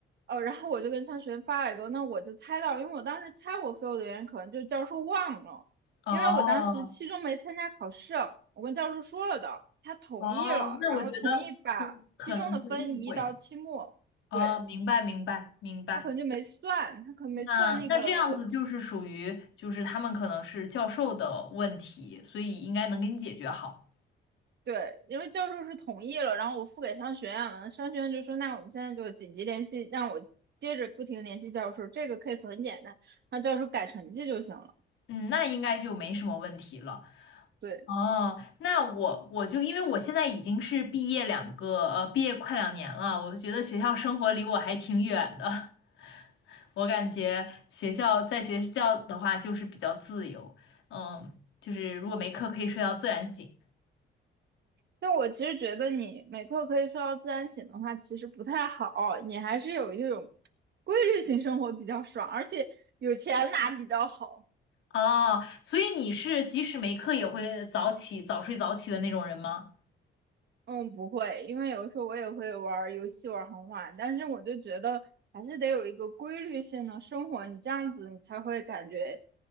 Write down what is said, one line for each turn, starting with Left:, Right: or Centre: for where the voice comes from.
Right: 哦，然后我就跟商学院发了一个，那我就猜到，因为我当时猜我 fail 的原因可能就是教授忘了，
Left: 哦，
Right: 因为我当时期中没参加考试，我跟教授说了的，他同意了，
Left: 哦，那我觉得就可能是误会。
Right: 然后同意把期中的分移到期末，
Left: 哦，
Right: 对，
Left: 明白明白明白。
Right: 他可能就没算，他可能没算那个，
Left: 那那这样子就是属于就是他们可能是教授的问题，所以应该能给你解决好。
Right: 对，因为教授是同意了，然后我付给商学院了，商学院就说那我们现在就紧急联系，让我接着不停联系教授，这个 case 很简单，让教授改成绩就行了，
Left: 嗯，那应该就没什么问题了。
Right: 对。
Left: 哦，那我我就因为我现在已经是毕业两个呃，毕业快两年了，我觉得学校生活离我还挺远的。<laughs> 我感觉学校在学校的话就是比较自由，嗯，就是如果没课可以睡到自然醒。
Right: 但我其实觉得你每刻可以睡到自然醒的话，其实不太好。你还是有一种规律性生活比较爽，而且有钱拿比较好。
Left: 哦，所以你是即使没课也会早起、早睡早起的那种人吗？
Right: 嗯，不会，因为有时候我也会玩儿游戏玩儿很晚，但是我就觉得还是得有一个规律性的生活，你这样子你才会感觉